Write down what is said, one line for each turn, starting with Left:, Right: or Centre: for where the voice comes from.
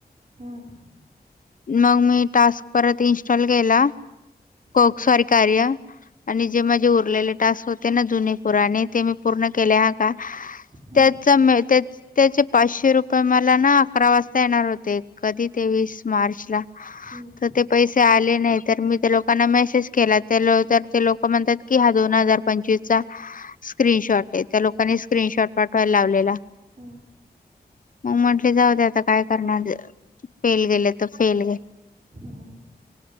Right: हम्म
Left: मग मी टास्क परत इन्स्टॉल केला कोक
Right: हम्म
Left: सॉरी कार्य आणि जे माझे उरलेले टास्क होते ना जुने पुराने ते मी पूर्ण केल्या का
Right: हम्म
Left: त्याच्यामधे त्याचे पाचशे रुपये मला ना अकरा वाजता येणार होते कधी तेवीस मार्च ला
Right: हम्म
Left: तर ते पैसे आले नाही तर मी त्याला लोकांना मेसेज केला त्या तर ते लोक म्हणतात की हा दोन हजार पंचवीस चा स्क्रीनशॉट त्या लोकांनी स्क्रीनशॉट पाठवायला लावलेला
Right: हम
Left: मग म्हटले जाऊते आता काय करणार फेल गेले तर फेल गे
Right: हम्म